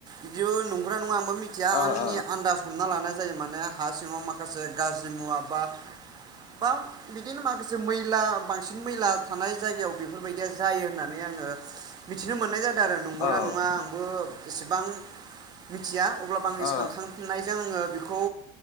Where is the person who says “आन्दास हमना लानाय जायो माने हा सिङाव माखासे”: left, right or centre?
Right